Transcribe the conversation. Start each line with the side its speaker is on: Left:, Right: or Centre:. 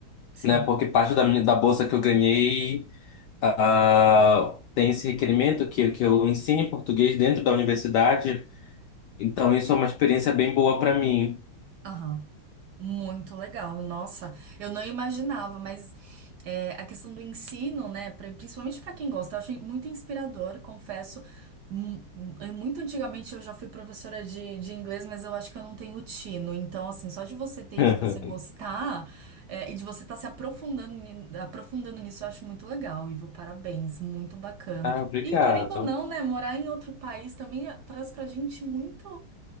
Right: Sim.
Left: né? Porque parte da minha, da bolsa que eu ganhei, ah, tem esse requerimento que, que eu ensine português dentro da universidade. Então isso é uma experiência bem boa para mim.
Right: Aham. Muito legal, nossa, eu não imaginava, mas é, a questão do ensino, né, pra- principalmente para quem gosta, eu acho muito inspirador, confesso. Mu- Muito antigamente eu já fui professora de, de inglês, mas eu acho que eu não tenho tino. Então, assim, só de você ter
Left: <laughs>
Right: e de você gostar, é, e de você estar se aprofundando, ni- aprofundando nisso, eu acho muito legal, Ivo. Parabéns, muito bacana.
Left: Ah, obrigado.
Right: E querendo ou não, né, morar em outro país também traz pra gente muito